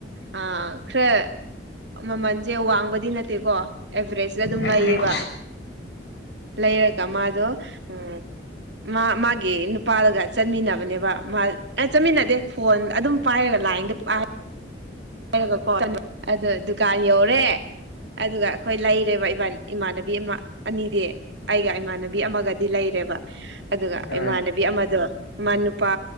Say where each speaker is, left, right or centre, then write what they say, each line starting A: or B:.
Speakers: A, on the right (about 65°); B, on the left (about 65°).
A: ꯑꯥ ꯈꯔ ꯃꯥꯃꯟꯁꯦ ꯋꯥꯡꯕꯗꯤ ꯅꯠꯇꯦꯀꯣ ꯑꯦꯚꯔꯦꯁꯇ ꯑꯗꯨꯝ
B: ꯎꯝ
A: ꯂꯩꯌꯦꯕ
B: ꯍꯣꯏ ꯎꯝ ꯍꯣꯏ
A: ꯂꯩꯔꯒ ꯃꯥꯗꯣ ꯎꯝ ꯃꯥ ꯃꯥꯒꯤ ꯅꯨꯄꯥꯒ ꯆꯠꯃꯤꯟꯅꯕꯅꯦꯕ ꯃꯥ ꯑꯦ ꯆꯠꯃꯤꯟꯅꯗꯦ ꯐꯣꯟ ꯑꯗꯨꯝ ꯄꯥꯏꯔꯒ <unintelligible> ꯍꯥꯏꯔꯒꯀꯣ ꯑꯗꯣ ꯗꯨꯀꯥꯟ ꯌꯧꯔꯦ ꯑꯗꯨꯒ ꯑꯩꯈꯣꯏ ꯂꯩꯔꯦꯕ ꯏꯃꯥꯟꯅꯕꯤ ꯑꯃ ꯑꯅꯤꯗꯤ ꯑꯩꯒ ꯏꯃꯥꯟꯅꯕꯤ ꯑꯃꯒꯗꯤ ꯂꯩꯔꯦꯕ ꯑꯗꯨꯒ
B: ꯍꯣꯏ
A: ꯏꯃꯥꯟꯅꯕꯤ ꯑꯃꯗꯣ ꯃꯥ ꯅꯨꯄꯥ